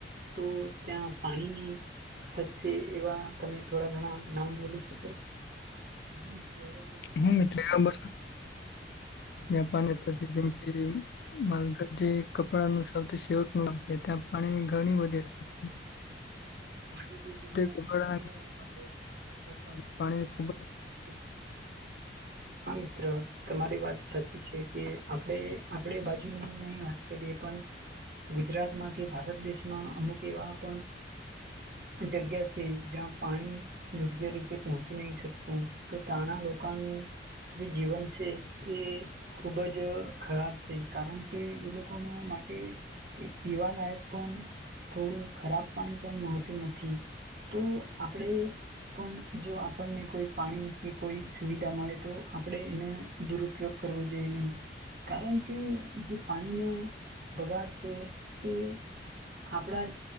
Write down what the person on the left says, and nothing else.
હ મિત્રો બસ જ્યા પાણીશે જેમ કે માલગઢ જે કપડાનું સૌથી શેવટનું ગામ છે ત્યાં પાણીની ઘણી બધી હશે. હમ
કપડા
પાણી ખૂબ